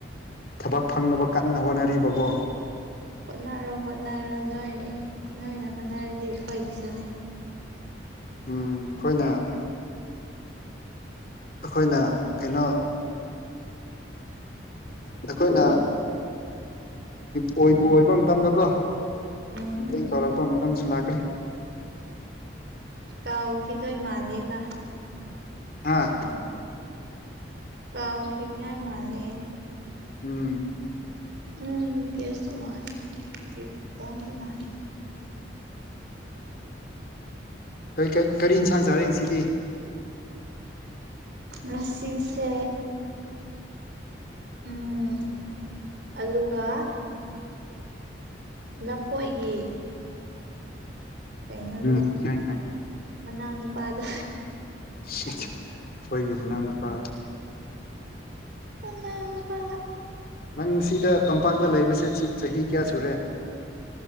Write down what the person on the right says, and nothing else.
ꯍꯣꯠꯅꯔꯣ ꯍꯣꯠꯅꯔꯣ ꯅꯣꯏ ꯅꯣꯏꯅ ꯍꯣꯠꯅꯔꯗꯤ ꯑꯩꯈꯣꯏꯒꯤꯁꯨꯅꯤ
ꯎꯝ
ꯀꯥꯎꯈꯤꯗꯣꯏ ꯃꯥꯜꯂꯦꯕ
ꯀꯥꯎꯈꯤꯅꯤꯉꯥꯢ ꯃꯥꯜꯂꯦ
ꯎꯝ ꯀꯦꯁ ꯇ <unintelligible> ꯃꯥꯏ ꯀꯃꯁꯨꯅꯥꯏ
ꯉꯁꯤꯁꯦ ꯎꯝ ꯑꯂꯨꯒ ꯂꯐꯣꯏꯒꯤ ꯀꯩꯅꯣꯗꯣ
ꯃꯅꯥꯎꯅꯨꯄꯥꯗꯣ
ꯃꯅꯥꯎꯅꯨꯄꯥ